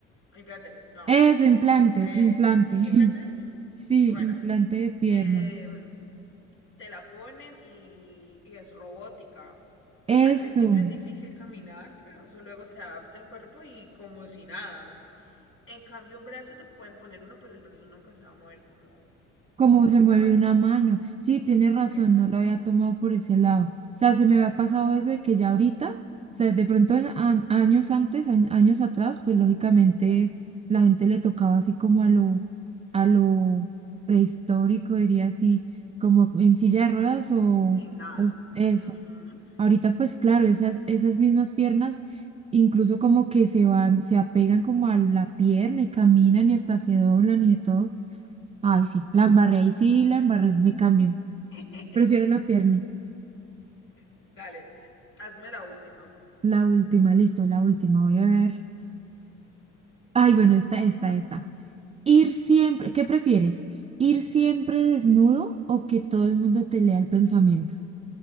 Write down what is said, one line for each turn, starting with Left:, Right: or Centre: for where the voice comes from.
Left: Implante, no.
Right: Eso, implante,
Left: Eh,
Right: implante.
Left: ¿sí es
Right: <laughs>
Left: implante?
Right: Sí,
Left: Bueno,
Right: implante de pierna.
Left: eh, te la ponen y, y es robótica.
Right: Eso.
Left: Al principio es difícil caminar, pero eso luego se adapta el cuerpo y como si nada. En cambio, un brazo te pueden poner uno, pero el brazo nunca se va a mover como,
Right: Cómo
Left: como
Right: se mueve
Left: una mano.
Right: una mano. Sí, tienes razón,
Left: Exacto.
Right: no lo había tomado por ese lado. O sea, se me había pasado eso de que ya ahorita, o sea, de pronto en- a- años antes, añ- años atrás, pues lógicamente la gente le tocaba así como a lo, a lo prehistórico, diría así, como en silla de ruedas o,
Left: Sin nada.
Right: o s- eso.
Left: Ujú.
Right: Ahorita, pues claro, esas, esas mismas piernas incluso como que se van, se apegan como a la pierna y caminan y hasta se doblan y de todo. Ay, sí, la embarré, ahí sí, la embarré, me cambio.
Left: <laughs>
Right: Prefiero la pierna.
Left: Dale, hazme la última.
Right: La última, listo, la última, voy a ver. Ay, bueno, esta, esta, esta. Ir siempre, ¿qué prefieres? ¿Ir siempre desnudo o que todo el mundo te lea el pensamiento?